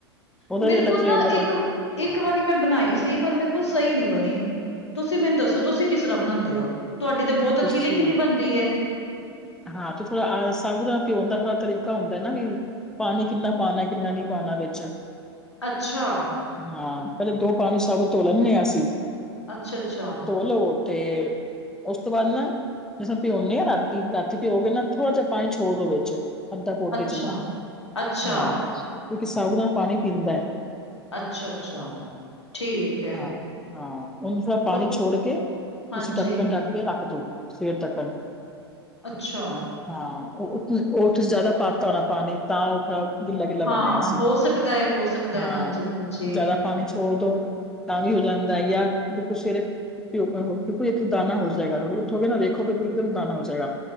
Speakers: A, in the centre; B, on the left.
A: ਉਹਦਾ
B: ਮੇਰੇ
A: ਵੀ ਅਲੱਗ
B: ਕੋਲ
A: ਫਲੇਵਰ
B: ਨਾ ਇੱਕ
A: ਹੈ।
B: ਇੱਕ ਵਾਰੀ ਮੈਂ ਬਣਾਈ ਸੀ ਪਰ ਮੇਰੇ ਕੋਲ ਸਹੀ ਨਹੀਂ ਬਣੀ। ਤੁਸੀਂ ਮੈਨੂੰ ਦੱਸੋ ਤੁਸੀਂ ਕਿਸ ਤਰ੍ਹਾਂ ਬਣਾਉਂਦੇ ਹੋ ਤੁਹਾਡੀ ਤੇ ਬਹੁਤ
A: ਤੁਸੀਂ
B: ਅ ਖੀਲੀ-ਖਿਲੀ ਬਣਦੀ ਹੈ।
A: ਹਾਂ, ਤੇ ਥੋੜਾ ਸਾਬ ਦਾਪਿਉਣ ਦਾ ਤਰੀਕਾ ਹੁੰਦਾ ਨਾ ਵੀ। ਪਾਣੀ ਕਿੰਨਾ ਪਾਣਾ ਕਿੰਨਾ ਨੀ ਪਾਣਾ ਵਿੱਚ।
B: ਅੱਛਾ।
A: ਹਾਂ, ਪਹਿਲੇ ਦੋ ਪਾਣੀ ਸਬ ਧੋ ਲੈਂਨੇ ਆ ਅਸੀ
B: ਅੱਛਾ-ਅੱਛਾ।
A: ਲੋ, ਤੇ ਉਸ ਤੋਂ ਬਾਅਦ ਲਸਨ ਭਿੰਉਂਨੇ ਆ ਰਾ ਰਾਤੀ ਭਿਓਕੇ ਨਾ ਥੋੜ੍ਹਾ ਜਿਹਾ ਪਾਣੀ ਛੋੜ ਦੋ ਵਿੱਚ, ਅੱਧਾ ਪੋਟੇ
B: ਅੱਛਾ,
A: ਜਿੰਨਾ,
B: ਅੱਛਾ,
A: ਹਾਂ। ਕਿਉਕਿ ਸਾਾਬੂਦਾਣਾ ਪਾਣੀ ਪੀਂਦਾ ਐ।
B: ਅੱਛਾ-ਅੱਛਾ। ਠੀਕ ਹੈ।
A: ਹਾਂ, ਹਾਂ, ਉਹਨੂੰ ਥੋੜਾ ਪਾਣੀ
B: ਉਹ
A: ਛੋੜ ਕੇ,
B: ਹਾਂਜੀ,
A: ਉਸ ਢਕਣ ਢੱਕ ਫਿਰ ਰੱਖ ਤੇ, ਸਵੇਰ ਤੱਕਣ।
B: ਅੱਛਾ।
A: ਹਾਂ, ਉਹ ਤੁਸੀਂ ਜ਼ਿਆਦਾ ਪਾਤਾ ਹੋਣਾ ਪਾਣੀ, ਤਾਂ ਉਹ ਗਿੱਲਾ-ਗਿੱਲਾ ਬਣਿਆ
B: ਹਾਂ,
A: ਸੀ,
B: ਹੋ ਸਕਦਾ ਹੈ, ਹੋ ਸਕਦਾ
A: ਹਾਂ,
B: ਹੈ, ਹਾਂਜੀ-ਹਾਂਜੀ,
A: ਜ਼ਿਆਦਾ ਪਾਣੀ ਛੋੜਦੋ ਤਾਂ ਵੀ ਹੋ ਜਾਂਦਾ, ਯਾ ਬਿਲਕੁਲ ਸਵੇਰੇ ਭਿਉਂ ਇੱਕੋ-ਇੱਕ ਦਾਨਾ ਹੋ ਜਾਏਗਾ, ਉੱਠੋਗੇ ਨਾ ਦੇੇਖੋਗੇ ਇੱਕ-ਇੱਕ ਦਾਣਾ ਹੋ ਜਾਏਗਾ,